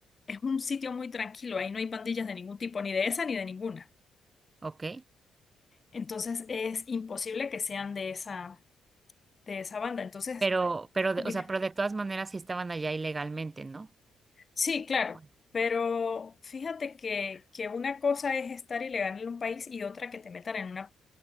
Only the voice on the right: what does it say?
ok.
Pero, pero, de-
o sea, pero de todas maneras sí estaban allá ilegalmente, ¿no?
Bueno.